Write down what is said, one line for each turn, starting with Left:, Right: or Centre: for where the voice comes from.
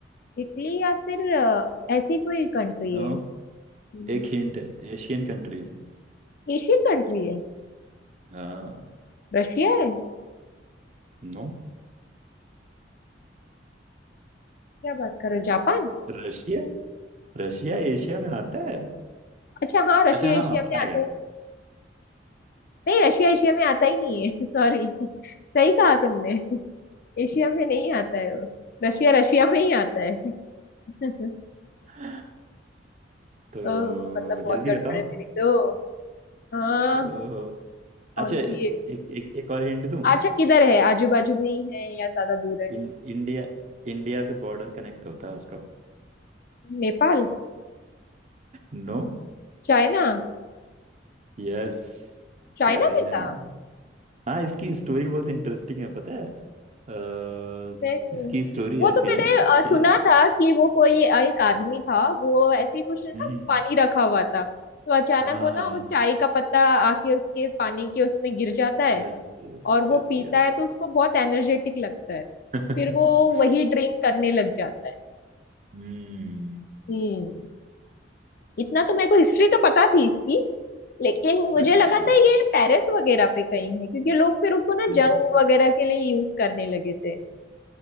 Left: इटली या फिर अ, ऐसी कोई कंट्री
Right: नो
Left: है हम्म।
Right: एक हिंट है एशियन कंट्रीज है
Left: एशियन कंट्री है
Right: हाँ
Left: रशिया है ये
Right: नो
Left: क्या बात कर रहे हो जापान
Right: रशिया रशिया एशिया में आता है
Left: अच्छा हाँ रशिया
Right: अच्छा हाँ
Left: एशिया में
Right: आएगा
Left: आता ही
Right: <laughs>
Left: नहीं रशिया एशिया में आता ही नहीं है <laughs> सॉरी सही कहा तुमने एशिया में नहीं आता है वो रशिया रशिया में ही आता है <laughs>
Right: अ, तो
Left: ओ, मतलब बहुत
Right: जल्दी
Left: गड़बड़
Right: बताओ
Left: है मेरी तो हाँ
Right: तो
Left: कौन
Right: अच्छा एक
Left: सी एक है?
Right: एक एक और हिंट दूं
Left: अच्छा किधर है आजू बाजू में ही है या ज्यादा दूर है
Right: इन, इंडिया इंडिया से बॉर्डर कनेक्ट होता है उसका
Left: नेपाल
Right: नो
Left: चाइना
Right: Yes
Left: चाइना
Right: China
Left: में था
Right: हाँ इसकी स्टोरी बहुत इंटरेस्टिंग है पता है अ,
Left: नहीं
Right: इसकी स्टोरी
Left: वो
Right: ऐसी
Left: तो मैंने
Right: है
Left: अ,
Right: कि
Left: सुना था कि वो कोई अ, एक आदमी
Right: हाँ
Left: था वो ऐसे ही कुछ ना
Right: हम्म,
Left: पानी रखा हुआ था तो अचानक
Right: हाँ
Left: वो ना
Right: हाँ, हाँ,
Left: वो चाय का पत्ता आके उसके पानी के उसमें गिर जाता है
Right: yes yes
Left: और वो
Right: yes
Left: पीता
Right: yes
Left: है तो उसको बहुत एनर्जेटिक लगता है
Right: <laughs> Yes
Left: फिर वो वही ड्रिंक करने लग जाता है
Right: हम्म
Left: हम्म इतना तो मेरे को हिस्ट्री तो पता थी इसकी लेकिन मुझे
Right: अच्छा
Left: लगा था ये पेरिस वगैरह पे कहीं है क्योंकि लोग फिर उसको ना
Right: नहीं
Left: जंग वगैरह के लिए यूज करने लगे थे